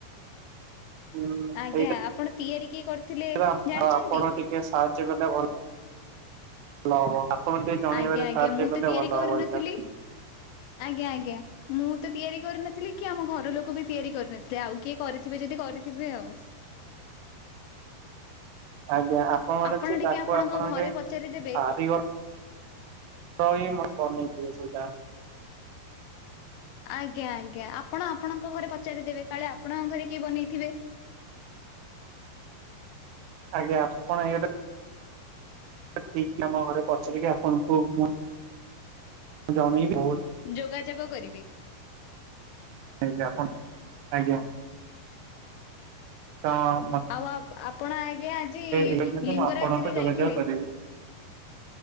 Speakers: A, on the right; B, on the left.
A: ଉଁ
B: ଆଜ୍ଞା
A: ସେଇ
B: ଆପଣ ତିଆରି କିଏ କରିଥିଲେ
A: ଆପଣ
B: ଜାଣିଛନ୍ତି
A: ଟିକେ ସାହାଯ୍ୟ କରଲେ ଭଲ ଭଲ ହବ ଆପ ଟିକେ ଜଣେଇବାରେ
B: ଆଜ୍ଞା ଆଜ୍ଞା
A: ସାହାଯ୍ୟ
B: ମୁଁ
A: କଲେ
B: ତ ତିଆରି
A: ଭଲ
B: କରିନଥିଲି
A: ହବ ଏଇଟା
B: ଆଜ୍ଞା ଆଜ୍ଞା ମୁଁ ତ ତିଆରି କରିନଥିଲି କି ଆମ ଘର ଲୋକ ବି ତିଆରି କରିନଥିଲେ ଆଉ କିଏ କରି ଥିବେ ଯଦି କରିଥିବେ ଆଉ
A: <unintelligible>
B: ଆପଣ ଟିକେ ଆପଣଙ୍କ ଘରେ ପଚାରି ଦେବେ
A: କାରିଗର ହିଁ ବନେଇଥିବେ ସେଇଟା
B: ଆଜ୍ଞା ଆଜ୍ଞା ଆପଣ ଆପଣଙ୍କ ଘରେ ପଚାରିଦେବେ କାଳେ ଆପଣଙ୍କ ଘରେ କିଏ ବନେଇଥିବେ
A: ଆଜ୍ଞା ଆ କଣ ଏଇଟା ତ ଠିକ ଆମ ଘରେ ପଚାରିକି ଆପଣଙ୍କୁ ମୁ ଜଣେଇବି ଆଉ
B: ଯୋଗାଯୋଗ କରିବେ
A: ଆଜ୍ଞା ଆପଣ ଆଜ୍ଞା ତ ମ
B: ଆଉ ଆପଣ ଆଜ୍ଞା ଆଜି
A: ଏଇଛନ୍ତି
B: ଲିଙ୍ଗରାଜରେ
A: ମୁଁ ଆପଣଙ୍କୁ ଯୋଗାଯୋଗ
B: ଯାଇଥିଲେ
A: କରିବି